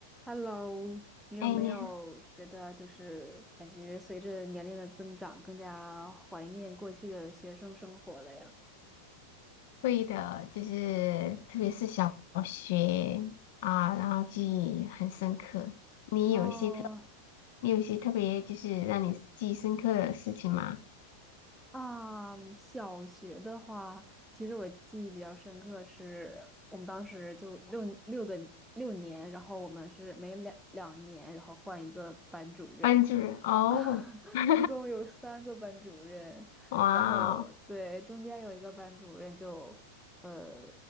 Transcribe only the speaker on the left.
哎，你还
会的，就是特别是小学啊，然后记忆很深刻。你有一些特，
你有一些特别就是让你记忆深刻的事情吗？
班主任哦，
<laughs>
哇
哦